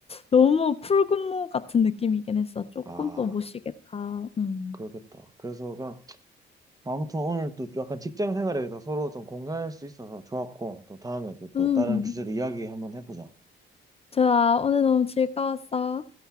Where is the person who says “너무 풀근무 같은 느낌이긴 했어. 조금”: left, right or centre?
Left